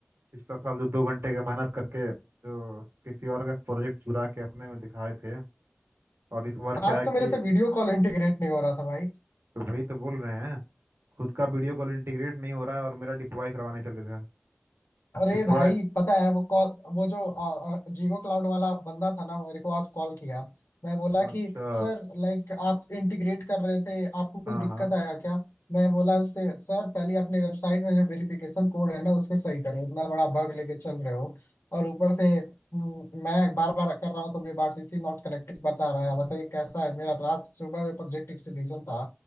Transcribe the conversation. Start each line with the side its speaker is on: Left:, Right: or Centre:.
Right: पिछला साल जो दो घंटे का मेहनत करके जो किसी और का प्रोजेक्ट चुरा के अपने में दिखाए थे और इस बार
Left: आज
Right: क्या है कि
Left: तो मेरे से वीडियो कॉल इंटीग्रेट नहीं हो रहा था भाई
Right: तो वही तो बोल रहे हैं खुद का वीडियो कॉल इंटीग्रेट नहीं हो रहा है और मेरा डिप्लॉय करवाने चले थे
Left: अरे
Right: डिप्लॉय
Left: भाई पता है वो कॉल वो जो आ, आ, जीगो क्लाउड वाला बंदा था ना मेरे को आज कॉल किया मैं बोला
Right: अच्छा
Left: कि सर लाइक आप इंटीग्रेट कर रहे थे आपको कोई
Right: हाँ
Left: दिक्कत
Right: हाँ
Left: आया क्या मैं बोला उससे सर पहले अपने वेबसाइट में जो वेरिफिकेशन कोड है ना उसको सही करो इतना बड़ा बग लेके चल रहे हो और ऊपर से हम्म, मैं बार बार कर रहा हूँ तो मेरे बारटीसी नॉट कनेक्टेड बता रहा है बताइए कैसा है मेरा रात सुबह में प्रोजेक्ट एक्सीबिशन था